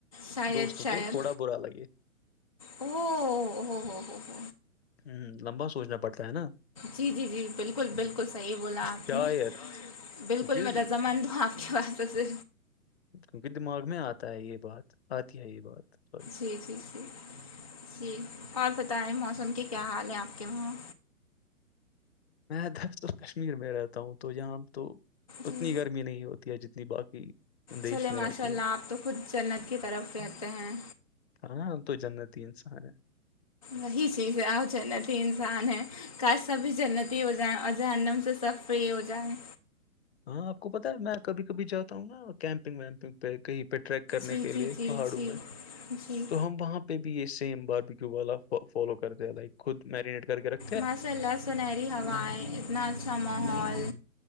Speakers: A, on the left; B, on the left.
A: شاید
B: دوستوں
A: شاید
B: کو تھوڑا برا لگے
A: ہو ہو ہو ہو
B: ہوں لمبا سوچنا پڑتا ہے نا
A: جی جی جی بالکل بالکل صحیح بولا
B: کہ شاید
A: آپ نے بالکل
B: کیونکہ
A: میں رضامند ہوں آپ کے باتوں سے
B: کیونکہ دماغ میں آتا ہے یہ بات آتی ہے یہ بات سی
A: جی جی جی جی اور بتائیں موسم کے کیا حال ہیں آپ کے وہاں
B: میں در کشمیر میں رہتا ہوں تو یہاں تو اتنی
A: جی
B: گرمی نہیں ہوتی ہے جنی جی باقی دیش
A: چلے
B: میں
A: ماشاء
B: رہتی
A: اللہ
B: ہے
A: آپ تو خود جنت کی طرف رہتے ہیں
B: ہاں تو جنتی انسان ہے
A: وہی چیز ہے آ جنتی انسان ہے کا سب بھی جنتی ہو جائےیں اور جہنم سے سب فری ہو جائیں
B: ہاں آپ کو پتا ہے میں کبھی کبھی جاتا ہوں نا کیمپنگ ویمپنگ پہ کہیں پہ ٹریک کرنے
A: جی
B: کے لیے
A: جی جی
B: پہاڑوں
A: جی
B: میں
A: جی
B: تو ہم وہاں پہ پ بھی یہ سیم باربیکوب والا فالو کرتے لائک خود میرینیٹ کر کے رکھ
A: ماشاء اللہ سنہری ہوائیں اتنا اچھا ماحول